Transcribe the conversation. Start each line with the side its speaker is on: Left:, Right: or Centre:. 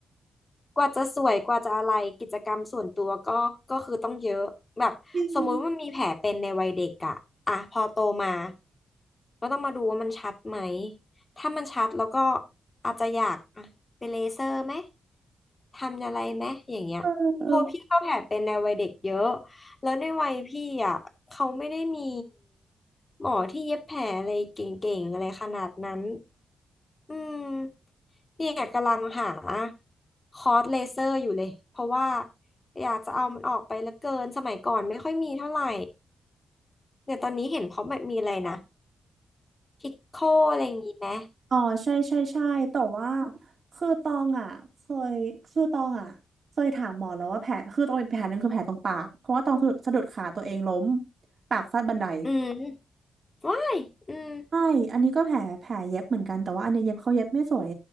Left: กว่าจะสวยกว่าจะอะไรกิจกรรมส่วนตัวก็ก็คือต้องเยอะแบบสมมุติว่ามันมีแผลเป็นในวัยเด็กอะอ่ะพอโตมา
Right: จริง
Left: ก็ต้องมาดูว่ามันชัดไหมถ้ามันชัดแล้วก็อาจจะอยากอ่ะไปเลเซอร์ไหม ทำอะไรไหมอย่างเงี้ยเพราะพี่ก็แผลเป็นในวัยเด็กเยอะ
Right: เออเออ
Left: แล้วในวัยพี่อ่ะเขาไม่ได้มีหมอที่เย็บแผลอะไรเก่งๆอะไรขนาดนั้นอืมเนี่ยกำลังหาคอร์สเลเซอร์อยู่เลย เพราะว่าอยากจะเอามันออกไปเหลือเกินสมัยก่อนไม่ค่อยมีเท่าไหร่เนี่ยตอนนี้เห็นเขาแบบมีอะไรนะพิกโคอะไรอย่างงี้ไหม
Right: อ๋อใช่ใช่ใช่แต่ว่าคือตองอ่ะเคยคือตองอ่ะเคยถามหมอแล้วว่าแผลคือตองมีแผลหนึ่งคือแผลตรงปากเพราะว่าตองสะดุดสะดุดขาตัวเองล้มปากฟาดบันได
Left: อืมว้ายอืม
Right: ใช่อันนี้ก็แผลแผลเย็บเหมือนกัน แต่ว่าอันเนี้ยเย็บเขาเย็บไม่สวย